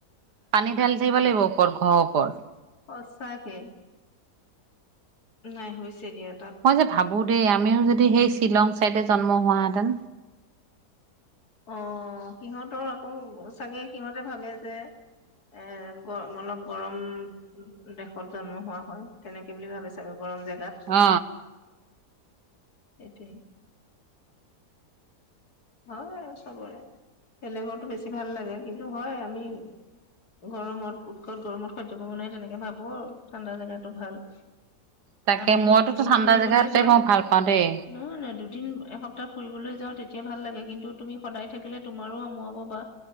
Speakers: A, on the right; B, on the left.
A: পানী ঢালি থাকিব লাগিব ওপৰত ঘৰৰ ওপৰত।
B: সঁচাকে। নাই হৈছে দিয়াত।
A: মই যে ভাবো দেই আমিও যদি সেই শ্বিলং চাইডে জন্ম হোৱাহেঁতেন।
B: অ সিহঁতৰ আকৌ চাগে সিহঁতে ভাবে যে এ গৰ অলপ গৰম উ দেশত জন্ম হোৱা হয়, তেনেকে বুলি ভাবে ছাগে গৰম জেগাত।
A: অ।
B: সেইটোৱেই। হয় আৰু চবৰে বেলেগৰতো বেছি ভাল লাগে কিন্তু হয় আমি গৰমত উৎকত গৰমত সহ্য কৰিব নোৱাৰি তেনেকে ভাবো আৰু ঠাণ্ডা জেগাটো ভাল
A: তাকে
B: আমি
A: মইতো
B: দুদিন
A: ঠাণ্ডা
B: ফুৰিবলৈ
A: জেগাতে
B: যাওঁ
A: মই ভাল পাওঁ দেই।
B: নহয় নহয় দুদিন এসপ্তাহ ফুৰিবলৈ যাওঁ তেতি ভাল লাগে কিন্তু তুমি সদায় থাকিলে তোমাৰো আমুৱাব বা